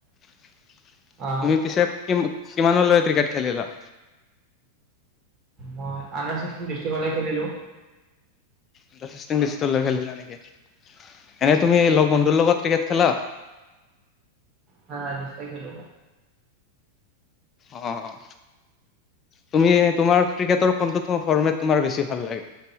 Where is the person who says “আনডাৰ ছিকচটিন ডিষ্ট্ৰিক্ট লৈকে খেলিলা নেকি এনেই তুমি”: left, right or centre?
Left